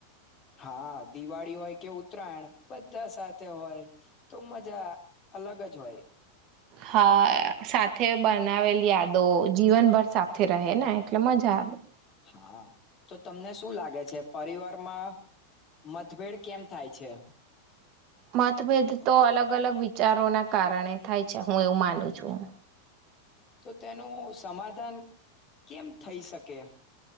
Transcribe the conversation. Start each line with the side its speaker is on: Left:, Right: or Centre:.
Left: હા દિવાળી હોય કે ઉતરાયણ બધા સાથે હોય તો મજા અલગ જ હોય
Right: હા સાથે બનાવેલી યાદો જીવનભર સાથે રહે ને એટલે મજા આવે
Left: હા તો તમને શું લાગે છે પરિવારમાં મતભેડ કેમ થાય છે
Right: મતભેદ તો અલગ અલગ વિચારોના કારણે થાય છે હું એવું માનું છું
Left: તો તેનું સમાધાન કેમ થઈ શકે